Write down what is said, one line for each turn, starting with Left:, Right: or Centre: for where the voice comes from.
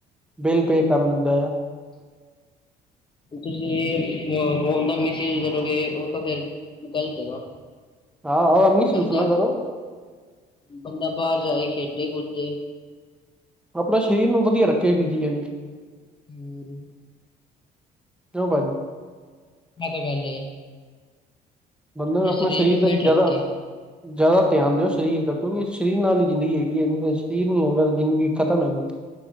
Centre: ਬਿੱਲ ਪੇ ਕਰ ਲੈਂਦਾ ਆ
Left: ਤੁਸੀਂ ਫੋਨ ਦਾ ਮਿਸਯੂਜ ਕਰੋਗੇ, ਉਹ ਤਾਂ ਫੇਰ ਗ਼ਲਤ ਏ ਨਾ
Centre: ਹਾਂ ਉਹ ਮਿਸਯੁਸ
Left: ਬੰਦਾ
Centre: ਨਾ ਕਰੋ
Left: ਬੰਦਾ ਬਾਹਰ ਜਾਏ ਖੇਡੇ ਕੁਦੇ
Centre: ਆਪਣਾ ਸ਼ਰੀਰ ਨੂੰ ਵਧੀਆ ਰੱਖੇ ਫਿਜ਼ਕਲੀ
Left: ਹੂੰ।
Centre: ਕਿਉਂ ਭਾਜੀ
Left: ਐ ਤਾ ਗੱਲ ਏ
Centre: ਬੰਦਾ
Left: ਆਪਣੇ
Centre: ਆਪਣਾ
Left: ਸਰੀਰ
Centre: ਸ਼ਰੀਰ
Left: ਨੂੰ
Centre: ਤ
Left: ਫਿਟ
Centre: ਜ਼ਿਆਦਾ
Left: ਰੱਖੇ
Centre: ਜ਼ਿਆਦਾ ਧਿਆਨ ਦਿਓ ਸ਼ਰੀਰ ਦਾ, ਕਿਉਂਕਿ ਸ਼ਰੀਰ ਨਾਲ ਹੀ ਜ਼ਿੰਦਗੀ ਹੈਗੀ ਏ। ਨੀ ਤੇ ਇਹ ਸ਼ਰੀਰ ਨ ਹੋਊਗਾ ਜ਼ਿੰਦਗੀ ਖਤਮ ਹੈਗੀ